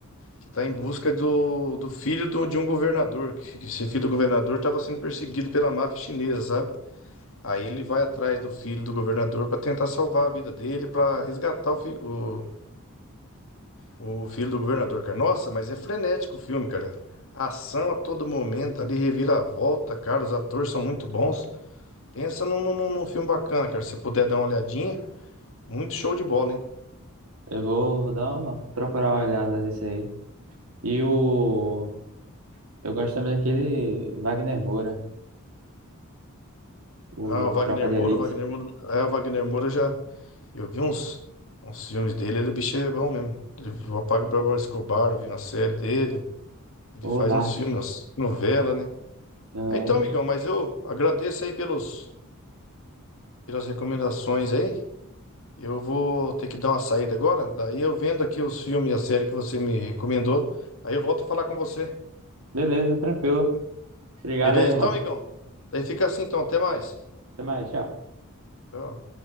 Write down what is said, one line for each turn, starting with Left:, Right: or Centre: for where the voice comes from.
Left: Que está em busca do, do filho do- de um governador. Que esse filho do governador estava sendo perseguido pela máfia chinesa, sabe? Aí ele vai atrás do filho do governador para tentar salvar a vida dele, para resgatar o, fi- o, o filho do governador, cara. Nossa, mas é frenético o filme, cara. Ação a todo momento ali, reviravolta, cara. Os atores são muito bons. Pensa num, num, num filme bacana, cara. Se puder dar uma olhadinha, muito show de bola, hein?
Right: Eu vou, vou dar uma, procurar uma olhada nisso aí. E o. Eu gosto também daquele Wagner Moura, o
Left: Ah, o Wagner
Right: Tropa de
Left: Moura,
Right: Elite,
Left: o Wagner Moura, é, o Wagner Moura já. Eu vi uns, uns filmes dele, ele o bicho é bom mesmo. Ele, o Pablo Pablo Escobar, eu vi uma série dele. Ele
Right: o
Left: faz
Right: Narcos,
Left: uns filmes, umas novela, né?
Right: não
Left: Ah, Então,
Right: é?
Left: amigão, mas eu agradeço aí pelos, pelas recomendações aí. Eu vou ter que dar uma saída agora. Daí eu vendo aqui os filmes e a série que você me recomendou. Aí eu volto a falar com você.
Right: Beleza, tranquilo. Obrigado
Left: Beleza,
Right: aí, irmão.
Left: então, amigão? Daí fica assim, então. Até mais.
Right: Até mais, tchau.
Left: Tchau.